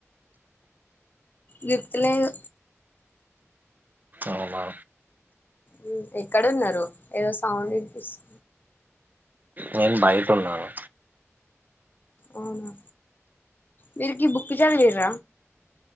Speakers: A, on the left (about 40°); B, on the right (about 35°).
A: గుర్తు లేదు
B: అవునా
A: ఉ ఎక్కడ ఉన్నారు ఏదో సౌండ్ వినిపిస్తు
B: నేన్ బయట ఉన్నాను
A: అవునా విరికి బుక్ చదువీర్ర